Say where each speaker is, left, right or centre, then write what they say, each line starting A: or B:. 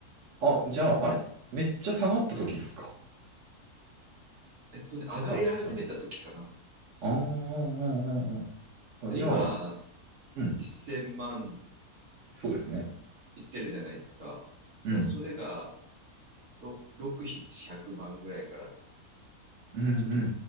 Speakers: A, on the right; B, on the right.
A: あ、じゃあ、あれめっちゃ下がった時ですか
B: えっとね、上がり始めた時かな。
A: 買ったの。あーあー、あーあーあー、
B: 今、
A: じゃあ、うん。
B: 1000万
A: そうですね。
B: いってるじゃないですか。
A: うん。
B: だからそれが6、6、700万ぐらいから
A: うんうんうんう
B: ちょっと